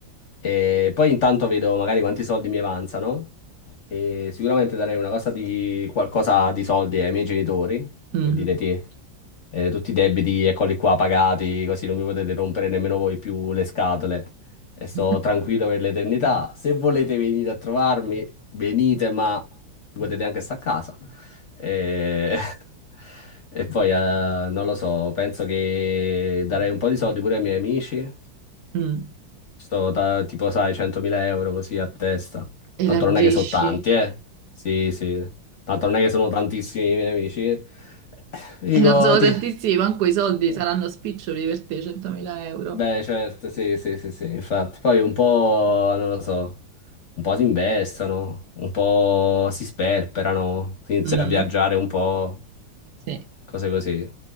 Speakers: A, on the left; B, on the right.
A: E poi intanto vedo magari quanti soldi mi avanzano e sicuramente darei una cosa di qualcosa di soldi ai miei genitori,
B: mm,
A: per dire te, eh, tutti i debiti eccoli qua pagati, così non mi potete rompere nemmeno voi più le scatole e sto
B: <laughs>
A: tranquillo per l'eternità. Se volete venire a trovarmi, venite, ma potete anche stare a casa. E, <laughs> e poi eh, non lo so, penso che darei un po' di soldi pure ai miei amici.
B: mm.
A: Sto da, tipo, sai, 100.000 euro così a testa.
B: Elargisci?
A: Tanto non è che sono tanti, eh. Sì, sì. Tanto non è che sono tantissimi i miei amici. Dico,
B: E non sono
A: ti...
B: tantissimi, manco i soldi
A: <laughs>
B: saranno spiccioli per te, 100.000 euro.
A: Beh, certo, sì, sì, sì, sì, infatti. Poi un po', non lo so, un po' si investono, un po' si sperperano, si inizia
B: Mm,
A: a viaggiare un po',
B: sì.
A: cose così.